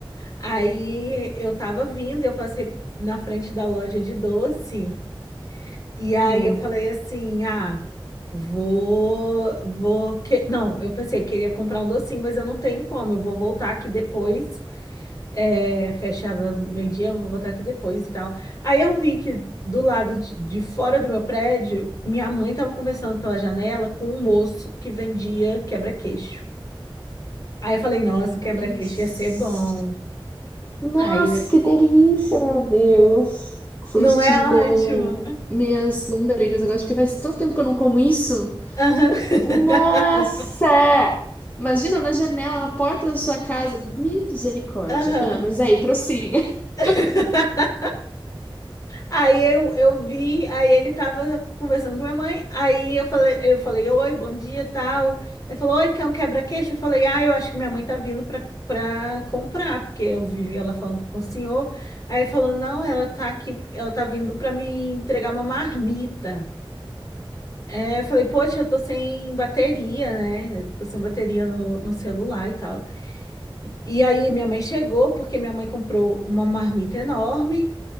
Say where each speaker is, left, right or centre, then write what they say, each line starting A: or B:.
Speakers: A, on the left; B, on the left.
A: Aí eu tava vindo e eu passei na frente da loja de doce e aí
B: Hum,
A: eu falei assim: "Ah, Vou, vou, que... não, eu pensei, queria comprar um docinho, mas eu não tenho como, eu vou voltar aqui depois é, fechava meio-dia, eu vou voltar aqui depois e tal. Aí eu vi que do lado de, de fora do meu prédio, minha mãe tava conversando pela janela com um moço que vendia quebra-queixo. Aí eu falei, nossa, o quebra-queixo
B: eles.
A: ia ser bom.
B: Nossa,
A: Aí,
B: que delícia, meu Deus. Você
A: não
B: extingou
A: é ótimo?
B: minhas lombrigas agora, porque faz tanto tempo que eu não como isso.
A: Aham. <laughs>
B: Nossa! Imagina na janela, na porta da sua casa. Misericórdia.
A: Aham.
B: Ah, mas é aí, prossiga. <laughs>
A: <laughs> Aí eu, eu vi, aí ele tava conversando com minha mãe, aí eu falei, eu falei, oi, bom dia, tal. Ele falou, oi, quer um quebra-queixo? Eu falei, ah, eu acho que minha mãe tá vindo pra, pra comprar, porque eu vi ela falando com o senhor. Aí ele falou, não, ela tá aqui, ela tá vindo pra me entregar uma marmita. É, eu falei, poxa, eu tô sem bateria, né? Eu tô sem bateria no, no celular e tal. E aí minha mãe chegou, porque minha mãe comprou uma marmita enorme.